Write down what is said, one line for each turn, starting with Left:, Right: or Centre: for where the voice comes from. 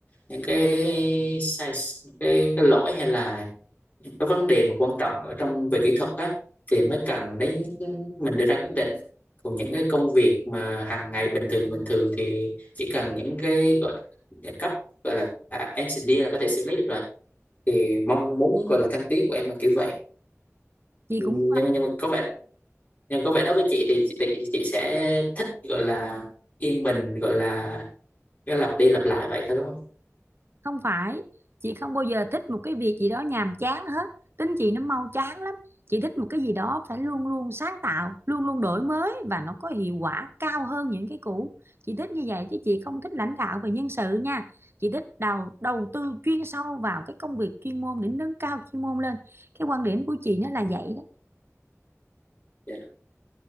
Left: những cái sai cái cái lỗi hay là những cái vấn đề mà quan trọng ở trong về kỹ thuật á thì mới cần đến mình đưa ra quyết định còn những cái công việc mà hàng ngày bình thường bình thường thì chỉ cần những cái gọi là cấp gọi là engineer là có thể xử lý được rồi thì mong muốn gọi là thăng tiến của em là kiểu vậy
Right: chị
Left: nhưng
Right: cũng
Left: nhưng mà có vẻ nhưng có vẻ đối với chị thì chị chị, chị sẽ thích gọi là yên bình gọi là nó lặp đi lặp lại vậy thôi đúng không
Right: không phải chị không bao giờ thích một cái việc gì đó nhàm chán hết tính chị nó mau chán lắm chị thích một cái gì đó phải luôn luôn sáng tạo luôn luôn đổi mới và nó có hiệu quả cao hơn những cái cũ chị thích như vậy chứ chị không thích lãnh đạo về nhân sự nha chị thích đầu đầu tư chuyên sâu vào cái công việc chuyên môn để nâng cao chuyên môn lên cái quan điểm của chị nó là vậy đó
Left: dạ